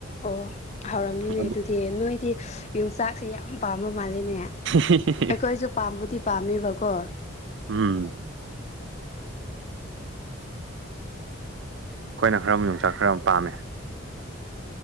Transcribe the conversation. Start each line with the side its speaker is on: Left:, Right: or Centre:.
Left: ꯑꯣ ꯍꯧꯥꯎꯔꯝꯅꯤꯅꯦ
Right: ꯑꯗꯨ
Left: ꯑꯗꯨꯗꯤ ꯅꯣꯏꯗꯤ ꯌꯣꯡꯆꯥꯛꯁꯦ ꯌꯥꯝ ꯄꯥꯝꯕ ꯃꯥꯜꯂꯤꯦꯅꯦ
Right: ꯍ
Left: ꯑꯩꯈꯣꯏꯁꯨ ꯄꯥꯝꯕꯨꯗꯤ ꯄꯥꯝꯃꯤꯕꯀꯣ
Right: ꯎꯝ ꯑꯩꯈꯣꯏꯅ ꯈꯔ ꯑꯃ ꯌꯣꯡꯆꯥꯛ ꯈꯔ ꯑꯃ ꯄꯥꯝꯃꯦ